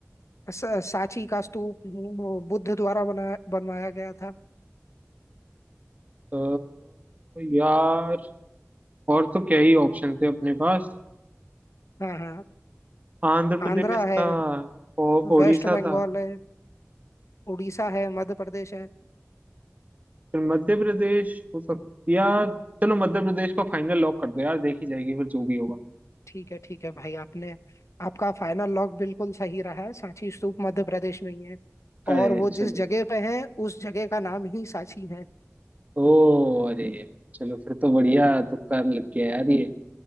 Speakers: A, on the left; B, on the right.
A: स- सांची का स्तूप वो बुद्ध द्वारा बना बनवाया गया था
B: अ, यार और तो क्या ही ऑप्शन थे अपने पास
A: हाँ हाँ
B: आंध्र प्रदेश
A: आंध्रा है
B: था और उड़ीसा
A: वेस्ट बंगाल
B: था
A: है उड़ीसा है मध्य प्रदेश है
B: फिर मध्य प्रदेश हो सकता यार चलो मध्य प्रदेश को फाइनल लॉक कर दो यार देखी जाएगी फिर जो भी होगा
A: ठीक है ठीक है भाई आपने आपका फाइनल लॉक बिल्कुल सही रहा है सांची स्तूप मध्य प्रदेश में ही है
B: अरे
A: और वो
B: चलो
A: जिस जगह पे है उस जगह का नाम ही सांची है
B: ओ अरे यार चलो फिर तो बढ़िया तुक्का लग गया यार ये